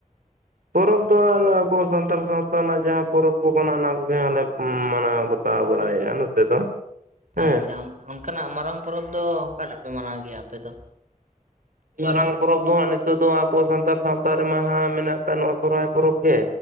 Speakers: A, on the right (about 80°); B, on the right (about 65°).
A: ᱯᱚᱨᱚᱵᱽ ᱫᱚ ᱟᱞᱮ ᱟᱵᱚ ᱥᱟᱱᱛᱟᱲ ᱥᱟᱶᱛᱟ ᱨᱮᱱᱟᱜ ᱡᱟᱦᱟᱸ ᱯᱚᱨᱚᱵᱽ ᱠᱚ ᱠᱟᱱᱟ ᱚᱱᱟ ᱠᱚᱜᱮ ᱦᱟᱸᱜ ᱞᱮ ᱢᱟᱱᱟᱣ ᱵᱟᱛ ᱛᱟᱣ ᱵᱟᱲᱟᱭᱮᱜ-ᱟ ᱱᱚᱛᱮ ᱫᱚ ᱦᱮᱸ
B: ᱟᱪᱪᱷᱟ ᱚᱱᱠᱟᱱᱟᱜ ᱢᱟᱨᱟᱝ ᱯᱚᱨᱚᱵᱽ ᱫᱚ ᱚᱠᱟ ᱴᱟᱜ ᱯᱮ ᱢᱟᱱᱟᱣ ᱜᱮᱭᱟ ᱟᱯᱮ ᱫᱚ?
A: ᱢᱟᱨᱟᱝ ᱯᱚᱨᱚᱵᱽ ᱫᱚ ᱦᱟᱸᱜ ᱱᱤᱛᱚᱜ ᱫᱚ ᱟᱵᱚ ᱥᱟᱱᱛᱟᱲ ᱥᱟᱶᱛᱟ ᱨᱮᱢᱟ ᱦᱟᱸᱜ ᱢᱮᱱᱟᱜ ᱠᱟᱱ ᱱᱚᱣᱟ ᱥᱚᱨᱦᱟᱭ ᱯᱚᱨᱚᱵᱽ ᱜᱮ